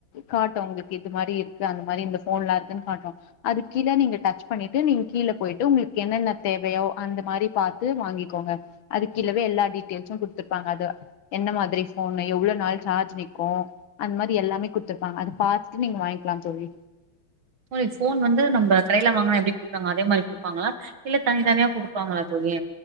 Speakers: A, on the left (about 70°); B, on the right (about 70°).
A: காட்டு உங்களுக்கு இது மாரி அந்த மாரி இந்த போன்லா இருக்கும்னு காட்டு அதுக்கு கீழ நீங்க டச்சு பண்ணிட்டு நீங்க கீழ போயிட்டு உங்களுக்கு என்னென்ன தேவயோ அந்த மாரி பாத்து வாங்கிக்கோங்க அது கீழ வெல்லாடிப் <unintelligible> குடுத்துருப்பாங்க அது என்ன மாதிரி போன்ன எவ்வளவு நாள் சார்ஜ் நிக்கும் அந்த மாதிரி எல்லாமே குடுத்துருப்பாங்க அத பாத்துட்டு நீங்க வாங்கிக்கலா தோழி
B: போ போன் வந்து நம்ம கடையில வாங்கனா எப்டி குடுப்பறாங்க அதே மாரி குடுப்பாங்களா இல்ல தனித்தனியா குடுப்பாங்களா தோழி